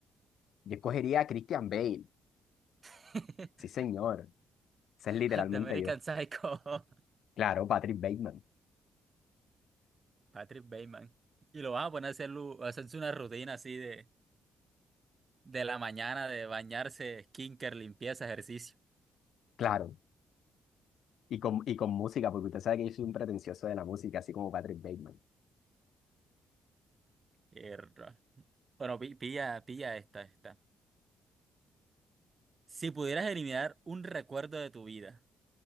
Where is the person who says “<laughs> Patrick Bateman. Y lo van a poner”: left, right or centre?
Right